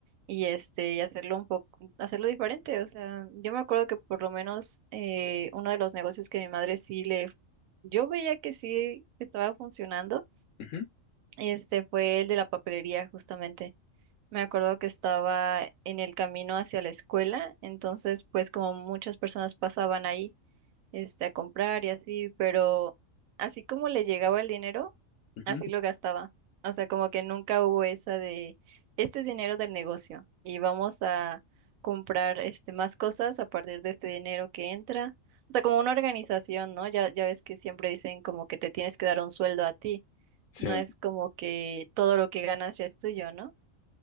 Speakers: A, on the right (about 85°); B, on the left (about 75°).
A: Y este, y hacerlo un poco, hacerlo diferente. O sea, yo me acuerdo que por lo menos eh, uno de los negocios que mi madre sí le, yo veía que sí estaba funcionando,
B: Ujú,
A: este fue el de la papelería, justamente. Me acuerdo que estaba en el camino hacia la escuela, entonces pues como muchas personas pasaban ahí este, a comprar y así, pero así como le llegaba el dinero,
B: ujú.
A: así lo gastaba. O sea, como que nunca hubo esa de, este es dinero del negocio y vamos a comprar este, más cosas a partir de este dinero que entra. O sea, como una organización, ¿no? Ya, ya ves que siempre dicen como que te tienes que dar un sueldo a ti.
B: Sí,
A: No es como que todo lo que ganas ya es tuyo, ¿no?